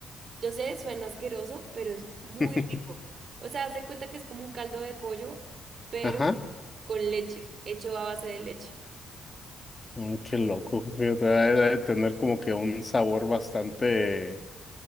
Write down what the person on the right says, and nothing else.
Yo sé, suena asqueroso, pero es muy
rico. O sea, haz de cuenta que es como un caldo de pollo, pero
con leche, hecho a base de leche.